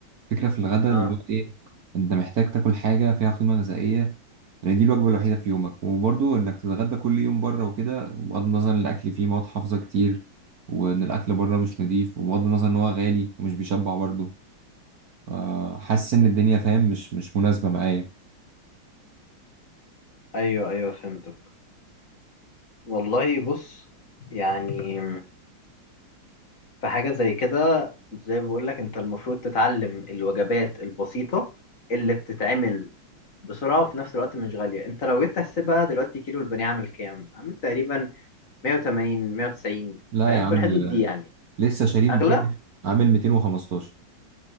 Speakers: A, on the right; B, on the left.
A: فكره في الغداء
B: اه
A: اللي هو ايه انت محتاج تاكل حاجه فيها قيمه غذائيه لان دي الوجبه الوحيده في يومك وبرضو انك تتغدى كل يوم بره وكده بغض النظر ان الاكل فيه مواد حافظه كتير وان الاكل بره مش نضيف وبغض النظر ان هو غالي ومش بيشبع برضو آه، حاسس ان الدنيا فاهم مش مش مناسبه معايا
B: ايوه ايوه فهمتك والله بص يعني في حاجة زي كده زي ما بقول لك انت المفروض تتعلم الوجبات البسيطة اللي بتتعمل بسرعة وفي نفس الوقت مش غالية انت لو جيت تحسبها دلوقتي كيلو البانيه عامل كام عامل تقريبا 180 190
A: لا
B: فاهم
A: يا عم
B: في الحدود دي يعني
A: لسه شاري امبارح
B: اغلى
A: عامل 215